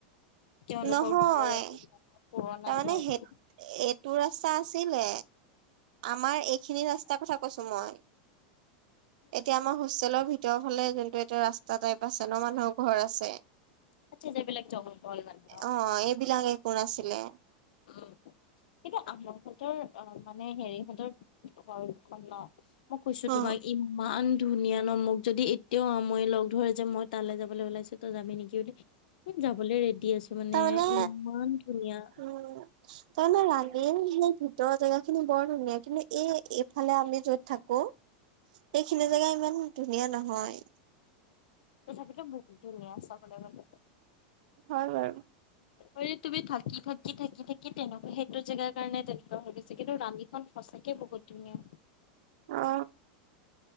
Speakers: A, on the left; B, on the right.
A: তেওঁলোকৰ
B: নহয়
A: ঘৰৰ একে বনাই পুৰণাই
B: তাৰমানে
A: হয়।
B: সেই এইটো ৰাস্তা আছিলে আমাৰ এইখিনি ৰাস্তাৰ কথা কৈছো মই এতিয়া আমাৰ হোষ্টেলৰ ভিতৰৰ ফালে যোনটো এতিয়া ৰাস্তা টাইপ আছে ন মানুহৰ ঘৰ আছে।
A: আচ্ছা যোনবিলাক জংঘল মানে
B: অ, এইবিলাক একো নাছিলে।
A: অ'। কিন্তু আমাৰহঁতৰ অ' মানে হেৰিহঁতৰ ঘৰখন ন। মই কৈছো
B: অ
A: তোমাৰ ইমান ধুনীয়া ন মোক যদি এতিয়াও মই লগ ধৰে যে মই তালৈ যাবলৈ ওলাইছো তই যাবি নেকি বুলি যাবলৈ ৰেডি আছো মানে
B: তাৰমানে
A: ইমান ধুনীয়া।
B: উম তাৰমানে ৰাণী সেই ভিতৰৰ জেগা খিনি বৰ ধুনীয়া কিন্তু এই এইফালে আমি যত থাকো। এইখিনি জেগা ইমান ধুনীয়া নহয়।
A: তথাপিতো বহুত ধুনীয়া চাবলৈ গ'লে।
B: হয় বাৰু।
A: অৰি তুমি থাকি থাকি থাকি থাকি তেনেকুৱা সেইটো জেগাৰ কাৰণে তেনেকুৱা হৈ গৈছে কিন্তু ৰাণীখন সঁচাকে বহুত ধুনীয়া।
B: অ।